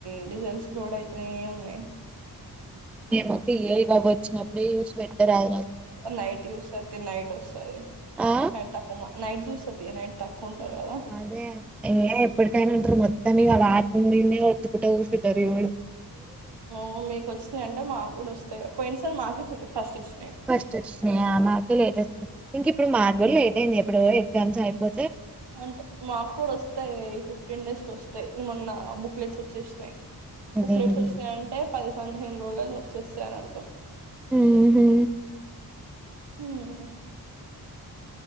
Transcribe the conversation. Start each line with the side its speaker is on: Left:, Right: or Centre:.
Right: ఎడికల్సి రోడ్ అయితనే ఉన్నాయ్
Centre: ఏమో సిఐ అవి వచ్చినప్పుడే చూసి బెట్టరదు
Right: నైట్ చూస్తాతి నైట్ వస్తది
Centre: ఆ
Right: నకు నైట్ చూస్తతి నైట్ తక్కువ ఉంటారు కదా
Centre: అదే ఏ ఎప్పుడుకైన ఉంటరు మ్ తం మీగ అ <unintelligible> ఒత్తుకుంట కుసుంటరు ఇవ్వడు
Right: ఓ మీకు వచ్చినాయి అంటే మాకు గుడా వస్తాయి పోయిన సారీ మాకే ఫ్ ఫస్ట్ వచ్
Centre: ఫస్ట్ వచ్చినయ మాకి లేట్ వస్ ఇంక ఇప్పుడు మగ్గుడ లేట్ అయింది ఎప్పుడో ఎగ్జామ్స్ అయిపో
Right: అంటే మాకు కూడా వస్తాయి ఫిఫ్టీన్ డేస్కో వస్తాయి మొన్న బుక్లెట్స్ వచ్చేసినాయి
Centre: అదే
Right: బుక్లెట్లు
Centre: అదే
Right: వచ్చినాయంటే పది పదిహేను రోజులు వచ్చేస్తాయని అర్థం
Centre: హ్మ్ హు
Right: హ్మ్